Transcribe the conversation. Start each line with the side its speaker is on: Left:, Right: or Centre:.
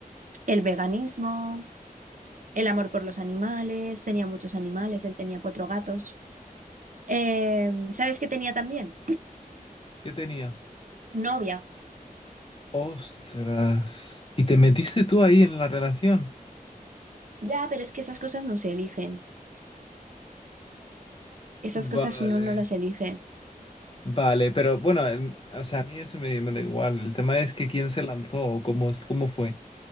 Right: el veganismo, el amor por los animales, tenía muchos animales, él tenía cuatro gatos. Eh, ¿sabes qué tenía también?
Left: ¿Qué tenía?
Right: <clears throat> Novia.
Left: Ostras. ¿Y te metiste tú ahí en la relación?
Right: Ya, pero es que esas cosas no se eligen. Esas cosas
Left: Vale.
Right: uno no las elige.
Left: Vale, pero bueno, el- o sea, a mí eso me, me da igual. El tema es que quién se lanzó o cómo, cómo fue.